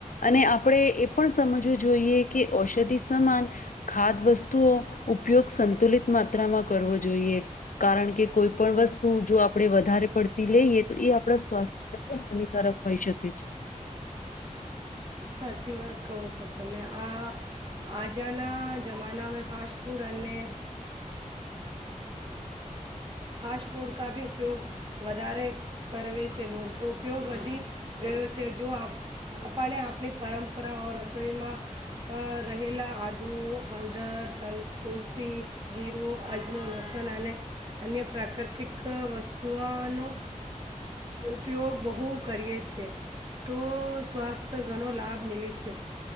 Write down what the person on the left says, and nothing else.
અને આપણે એ પણ સમજવું જોઈએ કે ઔષધિ સમાન ખાદ વસ્તુઓ ઉપયોગ સંતુલિત માત્રામાં કરવો જોઈએ કારણ કે કોઈ પણ વસ્તુ જો આપણે વધારે પડતી લઈએ તો એ આપણા સ્વાસ્થ હાનિકારક હોઈ શકે છે